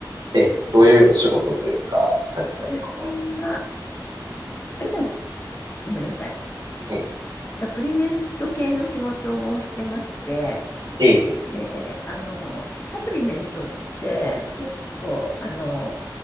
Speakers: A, on the right; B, on the left.
A: え、どういうお仕事というか、されてたりとかは。
B: 私は、<coughs> ごめんなさい。
A: え
B: サプリメント系の仕事をしてまして、
A: ええ
B: で、あの、サプリメントって結構、あの、